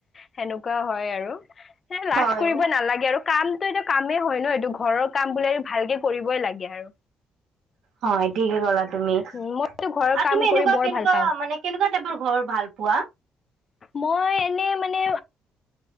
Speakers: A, on the left (about 40°); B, on the right (about 80°).
A: সেনোক কুৱা হয় আৰু লাজ
B: হয়
A: কৰিব নালাগে আৰু কামটো এটা কামেই হয় ন এইটো ঘৰৰ কাম বোলে ভালকে কৰিবই লাগে আৰু।
B: হয় ঠিকে কলা তুমি আৰু
A: মইতো ঘৰৰ কাম
B: তুমি এনেকুৱা
A: কৰি বৰ
B: কেনেকুৱা
A: ভাল পাওঁ।
B: মানে কেনেকুৱা টাইপৰ ঘৰ ভাল। পোৱা।
A: মই এনে মানে